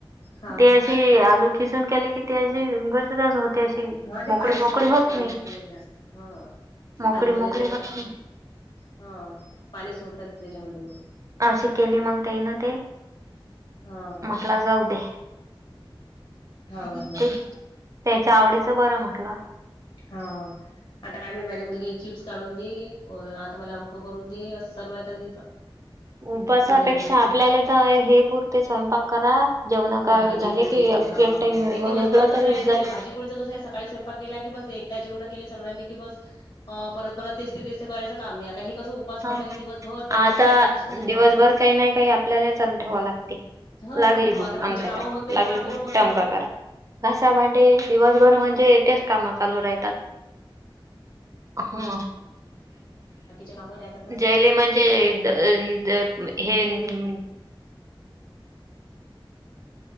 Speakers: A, on the left; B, on the right.
A: हां,
B: ते अशी आलू खिसून केले की ते अशी <unintelligible> होत अशी
A: हा ते
B: मोकळी
A: पाणी
B: मोकळी
A: सोडतात ते आलू
B: नाही
A: त्याच्यामध्ये जास्त हा.
B: मोकळी
A: आलू वगैरे
B: मोकळी
A: जास्त
B: होत
A: टाकले
B: नाही
A: हा पाणी सोडतात त्याच्यामध्ये म.
B: अशी केली मंग त्यायने ते.
A: हा.
B: म्हटलं जाऊ दे
A: हा हा.
B: ते त्याच्या आवडीचं बरं म्हटलं.
A: हा आता काय माहीत माझी मुलगी चिप्स काढून दे अ आता मला आमको करून दे असं चालू हाय आता तिचं. हं,
B: उपासापेक्षा
A: दिवसभर
B: आपल्याला
A: ते
B: तर हे पुरते स्वयंपाक करा. जेवणा का
A: भाजी
B: झाले
A: पोळी
B: की एक
A: हा
B: एक टाइम
A: हे दिवसभर
B: वेगळं
A: कसं
B: तरी
A: आहे
B: होऊन जात
A: ते भाजी पोळीचा कसं आहे ते स काळी स्वयंपाक केला की बस एकदा जेवणं केली सगळ्यांनी की बस अ परत परत तेच ते तेच ते करायचं काम नाही आता हे कसं उ उपवास म्हटलं
B: हा,
A: की दिवसभर काय
B: आता
A: ना काय काय ना काय सुरू
B: दिवसभर
A: ठेवावेच लागते.
B: काही नाही काही आपल्याला चालू ठेवा लागते
A: ह
B: लागली
A: मग
B: भूक
A: आता
B: अमका करा
A: काम होत नाहीत
B: लागली
A: ना आपले
B: भूक
A: मग <unintelligible>
B: टमका करा घासा भांडे दिवसभर म्हणजे तेच काम चालू राहतात. हो.
A: का राहात. <unintelligible>
B: हे. <unintelligible>